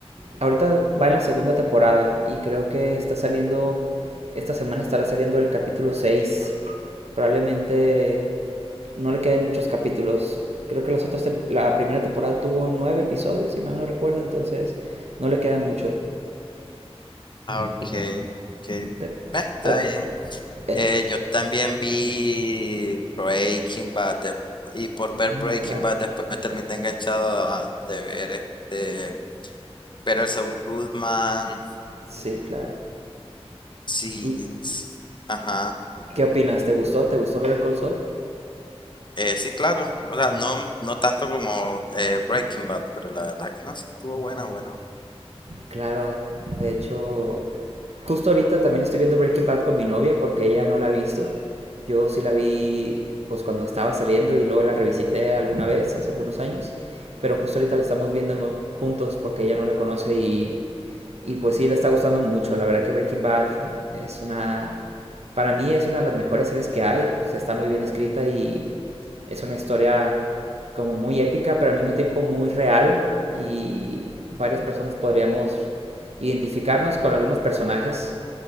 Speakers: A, on the right (about 85°); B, on the left (about 45°).
A: Ahorita va en la segunda temporada y creo que está saliendo, esta semana estará saliendo el capítulo seis Probablemente no le queden muchos capítulos. Creo que las otras te- la primera temporada tuvo nueve episodios, si mal no recuerdo, entonces no le queda mucho.
B: Ah, ok, ok. Eh,
A: Pero,
B: está
A: pero
B: bien.
A: eh,
B: Eh, yo también vi Breaking Bad, de- y por ver
A: mm,
B: Breaking
A: claro,
B: Bad después me terminé enganchado a- de ver este, Better Saul Goodman,
A: sí, claro.
B: sí,
A: Y
B: y- ajá.
A: ¿Qué opinas? ¿Te gustó? ¿Te gustó ver el Cold Soul?
B: Eh, sí, claro, o sea, no, no tanto como eh, Breaking Bad, pero la verdad que no, sí, estuvo buena, buena.
A: Claro, de hecho, justo ahorita también estoy viendo Breaking Bad con mi novia porque ella no la ha visto. Yo sí la vi pues cuando estaba saliendo y luego la revisité alguna vez hace algunos años, pero justo ahorita la estamos viendo juntos porque ella no la conoce y, y pues sí le está gustando mucho. La verdad que Breaking Bad es una, para mí es una de las mejores series que hay, o sea, está muy bien escrita y es una historia como muy épica, pero al mismo tiempo muy real y varias personas podríamos identificarnos con algunos personajes.